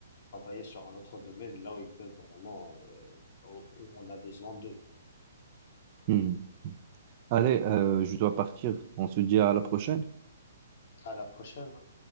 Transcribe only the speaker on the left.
travailler sur un autre domaine là où ils peuvent vraiment, euh, où où on a besoin d'eux.
À la prochaine. hein.